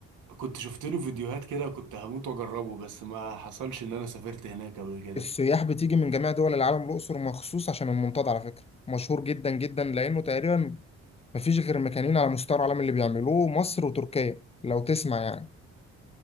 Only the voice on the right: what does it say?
كنت شفت له فيديوهات كده كنت هموت وأجربه بس ما حصلش إن أنا سافرت هناك قبل كده